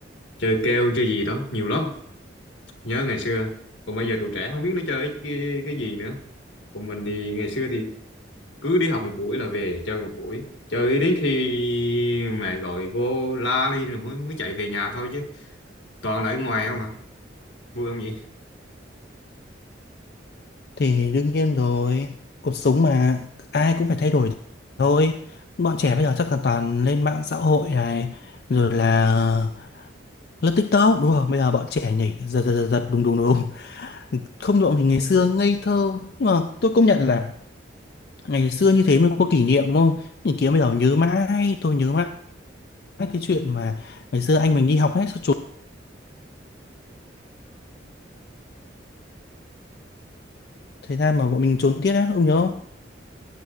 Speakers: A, on the left; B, on the left.
A: chơi keo chơi gì đó nhiều lắm nhớ ngày xưa còn bây giờ tụi trẻ không biết nó chơi cái, cái gì nữa còn mình thì ngày xưa thì cứ đi học một buổi là về chơi một buổi chơi đến khi mẹ gọi vô la đi rồi mới mới chạy về nhà thôi chứ toàn là ở ngoài không à vui không vậy
B: thì đương nhiên rồi cuộc sống mà ai cũng phải thay đổi thôi bọn trẻ bây giờ chắc là toàn lên mạng xã hội này rồi là lướt TikTok đúng không bây giờ bọn trẻ nhảy giật giật giật giật, đúng đúng đúng không được thì ngày xưa ngây thơ nhưng mà tôi công nhận là ngày xưa như thế mới có kỷ niệm đúng không nhìn kia bây giờ nhớ mãi tôi nhớ mãi cái chuyện mà ngày xưa anh mình đi học hết sao trốn thời gian mà bọn mình trốn tiết á ông nhớ không